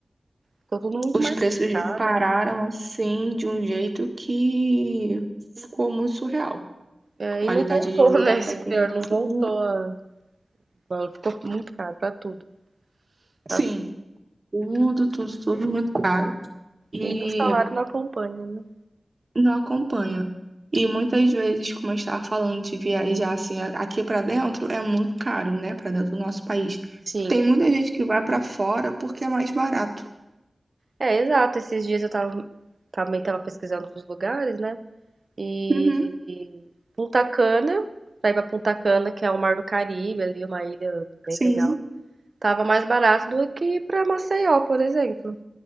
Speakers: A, on the right; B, on the right.
A: ficou tudo muito
B: Os
A: mais
B: preços
A: caro.
B: dispararam assim de um jeito que ficou muito surreal.
A: É,
B: A qualidade
A: e não voltou,
B: de vida
A: né?
B: até
A: Esse
B: que
A: pior,
B: a gente
A: não
B: tinha.
A: voltou. a- igual, Ficou muito caro pra tudo. pra
B: Sim, tudo, tudo, tudo muito caro e
A: E o salário não acompanha, né?
B: não acompanha. E muitas vezes, como eu estava falando de viajar assim, a- aqui para dentro é muito caro, né? Para dentro do nosso país.
A: Sim.
B: Tem muita gente que vai para fora porque é mais barato.
A: É, exato. Esses dias eu tava, também tava pesquisando os lugares, né? E
B: Uhum,
A: Punta Cana, pra ir pra Punta Cana, que é o Mar do Caribe, ali, uma ilha bem
B: sim.
A: legal. tava mais barato do que ir pra Maceió, por exemplo.